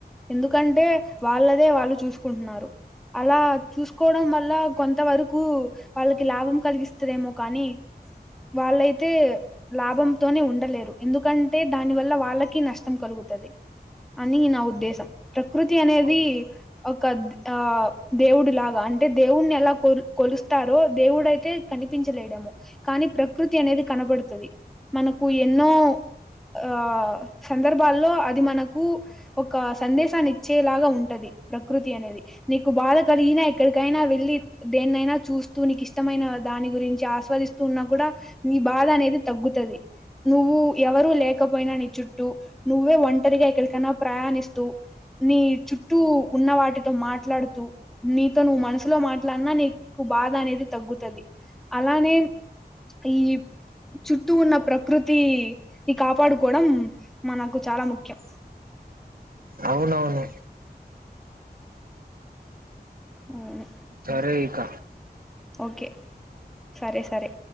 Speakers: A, in the centre; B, on the right (about 60°).
A: ఎందుకంటే వాళ్ళదే వాళ్ళు చూసుకుంటున్నారు అలా చూసుకోవడం వల్ల కొంత వరకు వాళ్ళకి లాభం కలిగిస్తుదేమో కానీ వాళ్ళైతే లాభంతోని ఉండలేరు ఎందుకంటే దానివల్ల వాళ్ళకి నష్టం కలుగుతది అని నా ఉద్దేశం
B: అవును
A: ప్రకృతి అనేది
B: అవును అవును.
A: ఒక ఆ దేవుడు లాగా అంటే దేవుడిని ఎలా కొ కొలుస్తారో దేవుడయితే కనిపించలేడ్ కానీ ప్రకృతి అనేది కనబడుతది మనకు ఎన్నో ఆ సందర్భాల్లో అది మనకు ఒక సందేశాన్ని ఇచ్చేలాగా ఉంటది ప్రకృతి అనేది నీకు బాధ కలిగినా ఎక్కడికైనా వెళ్ళి దేన్నైనా చూస్తూ నీకు ఇష్టమైన దాని గురించి ఆస్వాదిస్తూ ఉన్నా కూడా నీ బాధ అనేది తగ్గుతది నువ్వు ఎవరూ లేకపోయినా నీ చుట్టూ నువ్వే ఒంటరిగా ఎక్కడికైనా ప్రయాణిస్తూ నీ చుట్టూ ఉన్న వాటితో మాట్లాడుతూ నీతో నువ్వు మనసులో మాట్లాడినా నీకు బాధ అనేది తగ్గుతది అలానే ఈ చుట్టూ ఉన్న ప్రకృతిని కాపాడుకోవడం మనకు చాలా ముఖ్యం
B: అవునవును
A: అవును
B: సరే ఇక
A: ఓకే సరే సరే